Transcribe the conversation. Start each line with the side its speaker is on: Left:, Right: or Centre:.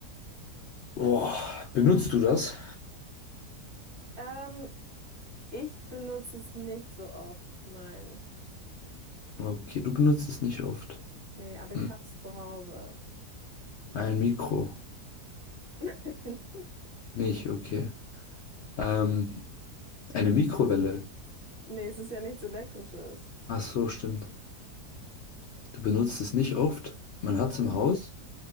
Left: Boah, benutzt du das?
Right: Ähm, ich benutze es nicht so oft. Nein.
Left: Okay, du benutzt es nicht oft.
Right: Nee, aber ich
Left: Hm.
Right: hab's zu Hause.
Left: Ein Mikro.
Right: <laughs>
Left: Nicht, okay. Ähm, eine Mikrowelle.
Right: Nee, es ist ja nichts Elektrisches.
Left: Ach so, stimmt. Du benutzt es nicht oft. Man
Right: Nein.
Left: hat es im Haus.